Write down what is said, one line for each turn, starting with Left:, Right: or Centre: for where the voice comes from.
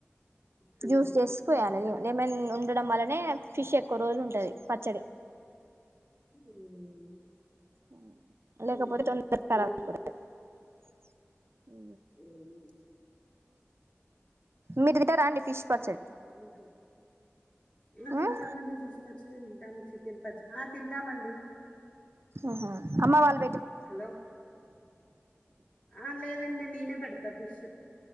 Left: పిండాలి
Right: జ్యూస్ జేసి పోయాలి లేమన్ ఉండటడం వల్లనే ఫిష్ ఎక్కువ రోజులు ఉంటుది పచ్చడి
Left: మ్మ్
Right: <unintelligible>
Left: ఇంకా మీరు
Right: ఊ
Left: మ్మ్.
Right: మీరు గిట రండి ఫిష్ పచ్చడి
Left: ఇకా ఆ తింటామండి
Right: ఉమ్
Left: ఫిష్ పచ్చడి తింటాం చికెన్ పచ్చ ఆ తింటామండి
Right: ఆహా ఆమ్మ వాళ్ళ
Left: హలో ఆ లేదండి నేనే పెడతా ఫిష్